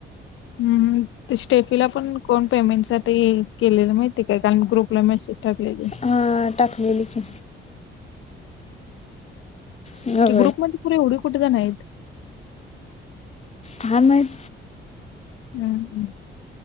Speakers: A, on the left; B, on the left.
A: हम्म ते स्टेटला पण कोण पेमेंट साठी केलेलं माहिती काय कारण ग्रुपला मेसेज टाकलेली
B: हा टकलेली की
A: <inaudible>
B: हो <unintelligible>
A: ग्रुप मध्ये पोरं एवढी कुठे जाणार आहेत.
B: काय माहित.
A: हुं हुं.